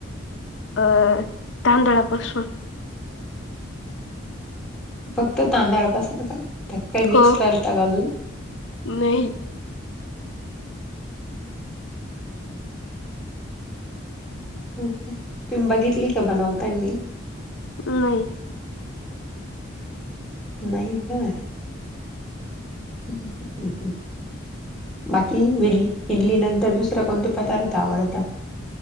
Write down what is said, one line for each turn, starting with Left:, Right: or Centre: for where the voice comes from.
Left: अं तांदळापासून.
Centre: फक्त तांदळापासन का त्यात काही मिक्स
Left: हो
Centre: करता का अजून?
Left: नाही.
Centre: तुमी बघितली का बनवतानी?
Left: नाही.
Centre: नाही का? हम् हम हम. बाकी विड इडली नंतर दुसरा कोणते पदार्थ आवडता?